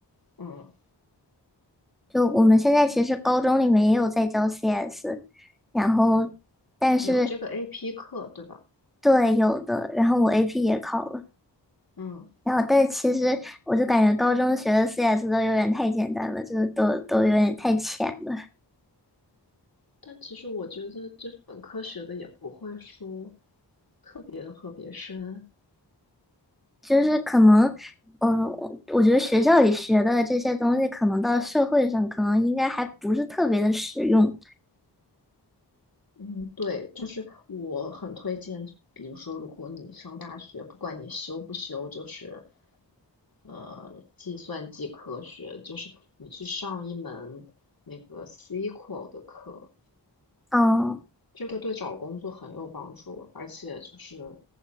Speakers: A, on the left; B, in the centre.
A: 嗯，
B: 就我们现在其实高中里面也有在教 CS，然后但是
A: 有这个 AP 课，对吧？
B: 对有的，然后我 AP 也考了，
A: 嗯，
B: 然后但其实我就感觉高中学的 CS 都有点太简单了，就是都都有点太浅了，
A: 但其实我觉得就是本科学的也不会说特别的特别深，
B: 就是可能，嗯，我我觉得学校里学的这些东西，可能到社会上可能应该还不是特别的实用。
A: 嗯，对，就是我很推荐，比如说，如果你上大学，不管你修不修，就是呃，计算机科学，就是你去上一门那个 SQL 的课，
B: 嗯
A: 这个对找工作很有帮助，而且就是